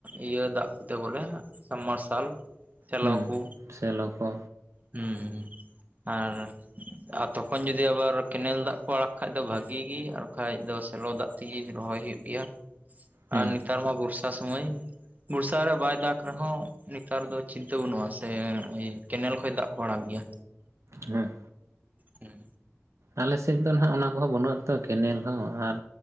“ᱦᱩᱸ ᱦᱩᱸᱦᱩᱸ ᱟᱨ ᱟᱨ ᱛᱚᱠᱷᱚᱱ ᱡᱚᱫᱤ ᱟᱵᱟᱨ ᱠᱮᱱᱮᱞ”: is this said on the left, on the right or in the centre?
Right